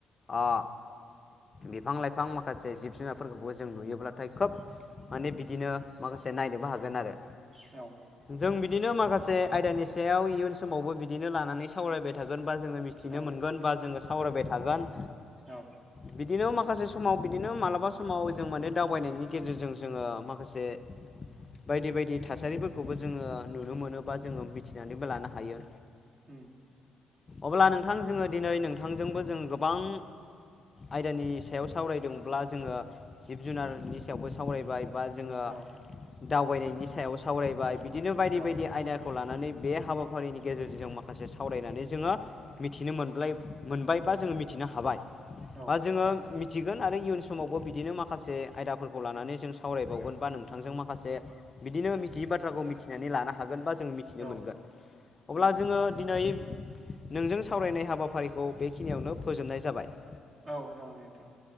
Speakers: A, on the left; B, on the right.
A: आ बिफां लाइफां माखासे जिब जुनारफोरखौबो जों नुयोब्लाथाय खोब माने बिदिनो माखासे नायनोबो हागोन आरो।
B: औ
A: जों बिदिनो माखासे आयदानि सायाव इयुन समावबो बिदिनो लानानै सावरायबाय थागोन बा जोङो मि थिनो
B: औ
A: मोनगोन बा जोङो सावरायबाय थागोन।
B: औ
A: बिदिनो माखासे समाव बिदिनो मालाबा समाव जों माने दावबायनायनि गेजेरजों जोङो माखासे बायदि बायदि थासारिफोरखौबो जोङो नुनो मोनो बा जोङो मिथिनानैबो लानो हायो।
B: उम
A: अब्ला नोंथां जोङो दिनै नोंथांजोंबो जोंङो गोबां आयदानि सा सायाव सावरायदोंब्ला जोङो जिब जुनारनि सायावबो सावरायबाय बा जोङो
B: औ
A: दावबायनायनि सायाव सावरायबाय बिदिनो बायदि
B: औ
A: बायदि आयदाखौ लानानै बे हाबा फारिनि गेजेरजों जों माखासे सावरायनानै जोङो मिथिनो मोन मोनब्लाय मोनबाय बा जोङो मिथिनो हाबाय
B: औ
A: बा जोङो मिथिगोन आरो इयुन समावबो बिदिनो माखासे आयदाफोरखौ लानानै जों सावरायबावगोन बा नोंथांजों माखासे बिदिनो मिथियै बाथ्राखौ मिथिनानै लानो हागोन बा जों मिथिनो
B: औ
A: मोनगोन। अब्ला
B: उम
A: जोङो दिनै नोंजों सावरायनाय हाबाफारिखौ बेखिनियावनो फोजोबनाय जाबाय।
B: औ जागोनदे नोंथां औ